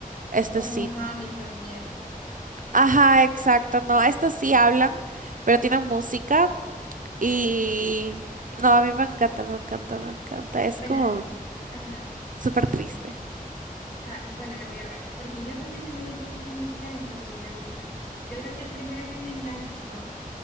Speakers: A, on the right; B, on the left.
A: este
B: Como
A: sí.
B: Hamilton y esas. pues.
A: Ajá, exacto, no, estos sí hablan, pero tienen música y... No, a mí me encanta, me encanta, me encanta, es
B: Bueno,
A: como
B: ajá.
A: súper triste.
B: Ah, bueno, la voy a ver. Porque yo realmente no he visto muchos musicales, pero sí me gustan. Yo creo que el primero que me enganchó,